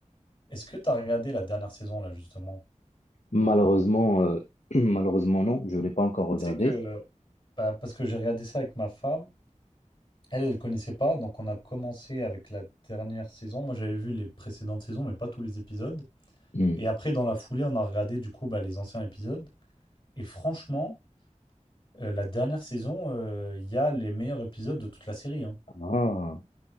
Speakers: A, on the left; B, on the left.
A: Est-ce que tu as regardé la dernière saison, là, justement?
B: Malheureusement, euh, <clears throat> malheureusement non, je ne l'ai pas encore regardé.
A: Tu sais que. Bah, parce que j'ai regardé ça avec ma femme. Elle, elle connaissait pas, donc on a commencé avec la dernière saison. Moi, j'avais vu les précédentes saisons, mais pas tous les épisodes.
B: Hmm.
A: Et après, dans la foulée, on a regardé du coup bah, les anciens épisodes. Et franchement, euh, la dernière saison, euh, il y a les meilleurs épisodes de toute la série. hein.
B: Ah,